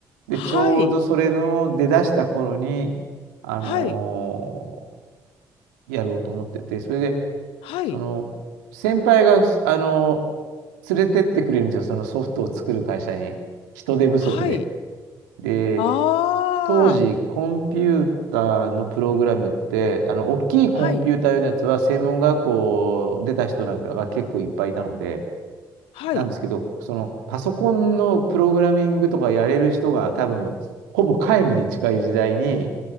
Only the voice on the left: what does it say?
はい。
はい。
はい。
はい。
ああ。
はい。
はい。